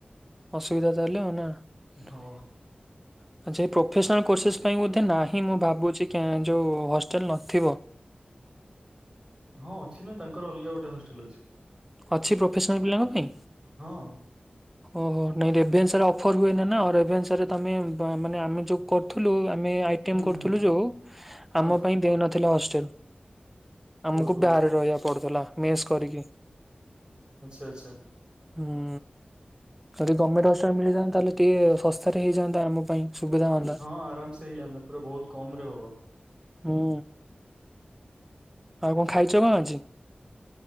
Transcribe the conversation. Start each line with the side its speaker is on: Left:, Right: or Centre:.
Centre: ଅସୁବିଧା ତାହେଲେ ଆଉ ନା?
Right: ହଁ
Centre: ଆଚ୍ଛା ପ୍ରପ୍ ଫେସ୍ନାଲ କୋର୍ସେସ୍ ପାଇଁ ବୋଧେ ନାହିଁ ମୁଁ ଭାବୁଚି କେଁ ଯୋଉ ହଷ୍ଟେଲ ନଥିବ।
Right: ହଁ ଅଛି ନା ତାଙ୍କର ଅଲଗା ଗୋଟେ ହଷ୍ଟେଲ ଅଛି।
Centre: ଅଛି ପ୍ରଫେସନାଲ ପିଲାଙ୍କ ପାଇଁ?
Right: ହଁ
Centre: ଓହୋ ନାଇଁ ରେଭେନ୍ସାରେ ଅଫର ହୁଏ ନା ଆଉ ରେଭେନ୍ସା ରେ ତ ଆମେ ବ ମାନେ ଆମେ ଯୋଉ କରୁଥିଲୁ। ମେଁ ଆଇ କେମ୍
Right: ହୁଁ
Centre: କରୁଥିଲୁ
Right: ହୁଁ
Centre: ଯୋଉ
Right: ହଁ
Centre: ଆମ ପାଇଁ ଦେଉନଥିଲା ହଷ୍ଟେଲ। ଆମକୁ
Right: ଓହୋ
Centre: ବାହାରେ ରହିଆକୁ ପଡୁଥିଲା ମେସ୍ କରିକି।
Right: ଆଚ୍ଛା ଆଚ୍ଛା।
Centre: ହୁଁ ଯଦି ଗମେଣ୍ଟ ହଷ୍ଟେଲ ମିଳିଯାନ୍ତା। ତାହେଲେ ଟିଏ ଶସ୍ତାରେ ହେଇଯାନ୍ତା ଆମ ପାଇଁ। ସୁବିଧା ହୁଅନ୍ତା।
Right: ହଁ ଆରାମ ସେ ହେଇଯାନ୍ତା ପୁରା ବହୁତ କମ୍ ରେ ହବ।
Centre: ହୁଁ ଆଉ କଣ ଖାଇଚ କଣ ଆଜି?